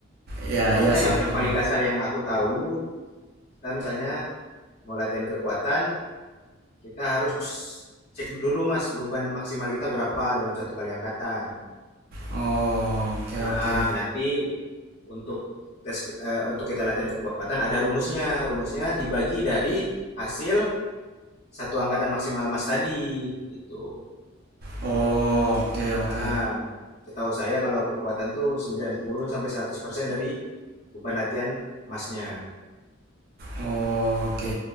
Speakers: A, on the right; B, on the left.
A: Iya
B: Soalnya
A: iya sih.
B: yang yang
A: Hmm.
B: paling dasar yang aku tahu, kita misalnya mau latihan kekuatan, kita harus cek dulu Mas beban maksimal kita berapa dalam satu kali angkatan.
A: Oh, oke
B: Nah,
A: oke.
B: nanti untuk tes eh, untuk kita latihan kekuatan ada rumusnya. Rumusnya dibagi dari hasil satu angkatan maksimal Mas tadi gitu.
A: Oh, oke oke.
B: Nah, setahu saya kalau kekuatan tuh 90 sampai 100% dari beban latihan Masnya.
A: Oh, oke.